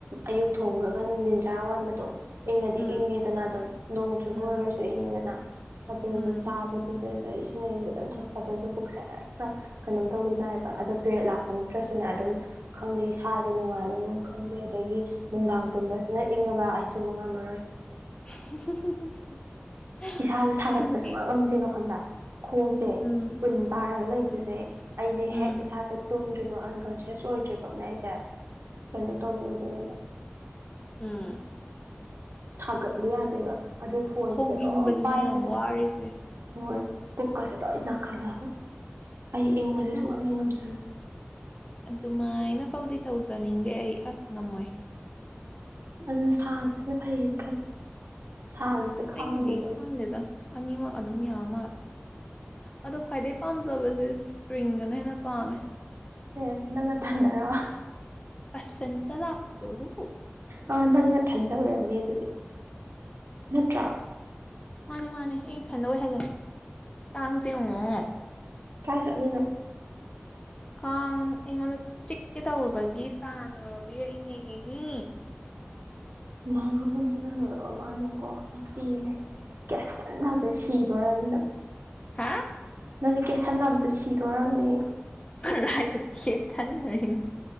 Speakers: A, on the right (about 75°); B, on the left (about 25°).
A: ꯑꯌꯨꯛ ꯊꯣꯡꯉꯨꯔꯒ ꯅꯨꯡꯊꯤꯟ ꯆꯔꯥ ꯋꯥꯟꯕꯗꯣ ꯏꯪꯉꯗꯤ
B: ꯎꯝ
A: ꯏꯪꯉꯦꯗꯅ ꯑꯗꯨꯝ ꯅꯣꯡ ꯆꯨꯕ
B: ꯎꯝ
A: ꯑꯣꯏꯔꯁꯨ ꯏꯪꯉꯤꯗꯅ ꯑꯗꯨꯁꯨ
B: ꯎꯝ
A: ꯆꯥꯕꯗꯨꯁꯨ ꯑ ꯏꯁꯤꯡ ꯑꯏꯪꯕꯗ ꯑꯗꯨꯪ ꯊꯛꯄꯗꯁꯨ ꯄꯨꯛꯁꯦ ꯍꯦꯛꯇ ꯀꯩꯅꯣꯝ ꯇꯧꯒꯤ ꯅꯥꯏꯕ ꯑꯗꯣ ꯄꯦꯔꯦꯠ ꯂꯥꯛꯄ ꯅꯠꯇ꯭ꯔꯁꯨꯅꯦ ꯑ ꯈꯪꯗꯦ ꯏꯁꯥꯥꯁꯦ ꯅꯨꯡꯉꯥꯏꯕ ꯃꯔꯝ ꯈꯪꯗꯦ ꯑꯗꯒꯤ ꯅꯨꯡꯗꯥꯡ ꯄꯨꯝꯕꯁꯤꯅ ꯏꯪꯉꯕ ꯑꯩ ꯆꯨꯝꯕ ꯉꯝꯃꯔꯣꯏ
B: <unintelligible>
A: ꯏꯁꯥꯁꯦ ꯁꯥꯒꯠꯄ
B: ꯑꯗꯨꯕꯨꯗꯤ
A: ꯁꯨꯡ ꯉꯝ ꯉꯝꯗꯦꯕ ꯈꯪꯕ꯭ꯔꯥ ꯈꯣꯡꯁꯦ
B: ꯎꯝ
A: ꯎꯟ ꯇꯥꯔꯒ ꯂꯩꯕꯁꯦ ꯑꯩꯁꯦ ꯍꯦꯛ
B: ꯎꯝ
A: ꯏꯁꯥꯁꯦ ꯇꯨꯝꯗ꯭ꯔꯤꯕ ꯑꯟꯀꯟꯁꯤꯌꯁ ꯑꯣꯏꯗ꯭ꯔꯤꯄꯥꯎꯕ ꯑꯩꯁꯦ ꯀꯩꯅꯣ ꯇꯧꯔꯨꯗꯣꯏꯅꯦꯕ
B: ꯎꯝ
A: ꯁꯥꯒꯠꯂꯨ ꯌꯥꯗꯦꯕ ꯑꯗꯨ ꯐꯣꯟꯁꯤꯗꯤ
B: ꯈꯣꯡ
A: ꯑꯗꯨꯝ
B: ꯏꯪꯕꯗꯨꯅꯦ
A: ꯄꯥꯏ
B: ꯌꯥꯝ
A: ꯂꯩꯅꯦ
B: ꯋꯥꯔꯤꯁꯦ
A: ꯍꯣꯏ ꯄꯨꯀꯥ ꯁꯤ ꯂꯣ ꯏꯅꯥ ꯈꯂꯕ ꯑꯩ ꯏꯪꯕꯁꯦ
B: ꯑꯗꯨ
A: ꯁꯨꯡꯂꯞꯅ ꯉꯝꯖꯔꯦ
B: ꯑꯗꯨꯃꯥꯏꯅ ꯐꯥꯎꯗꯤ ꯇꯧꯖꯅꯤꯡꯗꯦ ꯑꯩ ꯑꯁ ꯉꯝꯃꯣꯏ
A: ꯑꯗꯨꯅ ꯁꯥꯕꯁꯤꯅ ꯐꯩꯌꯦꯅ ꯈꯜꯂꯦ ꯁꯥꯕꯁꯦ ꯈꯥꯡꯉꯝꯃꯤꯗꯅ
B: ꯑꯩꯒꯤꯗꯤ ꯈꯪꯗꯦꯗ ꯑꯅꯤꯃꯛ ꯑꯗꯨꯝ ꯌꯥꯝ ꯃꯥꯜꯂꯦ ꯑꯗꯣ ꯈ꯭ꯋꯥꯏꯗꯩ ꯄꯥꯝꯖꯕꯁꯦ ꯏꯁꯄ꯭ꯔꯤꯡꯗꯅ ꯍꯦꯟꯅ ꯄꯥꯝꯃꯦ
A: ꯑꯦ ꯅꯪꯠꯇꯗꯔꯣ
B: ꯁꯟꯇꯗꯞ ꯇꯣ
A: ꯑ ꯅꯪ ꯅꯊꯟꯗ ꯑꯣꯏꯔꯝꯅꯤ ꯑꯗꯨꯗꯤ ꯅꯠꯇ꯭ꯔꯥ
B: ꯃꯥꯅꯦ ꯃꯥꯅꯦ ꯑꯩ ꯏ ꯊꯟꯗ ꯑꯣꯏꯍꯜꯂꯦ ꯀꯥꯡꯁꯦ ꯌꯦꯡꯉꯣ
A: ꯀꯥꯏ ꯆꯠꯂꯤꯅꯣ
B: ꯀꯥꯡ ꯑꯩꯉꯣꯟꯗ ꯆꯤꯛꯀꯦ ꯇꯔꯨꯕꯒꯤ ꯇꯥꯟꯅꯕꯤꯔꯛꯏꯅꯦꯅꯤ
A: ꯂꯔꯨ ꯍꯟꯗꯅꯣ ꯃꯥꯥꯅꯦꯀꯣ ꯑ ꯄꯦ ꯀꯦꯁꯤꯇꯟ ꯍꯥꯏꯛꯇ ꯁꯤꯗꯣꯔꯅꯤꯅ
B: ꯍꯥ
A: ꯅꯪꯗꯤ ꯀꯦꯁꯟꯅ ꯑ ꯑꯃꯇ ꯁꯤꯗꯣꯔꯔꯕꯅꯦ
B: ꯔꯥꯏꯗ ꯀꯦ ꯁꯅꯔꯤꯅꯣ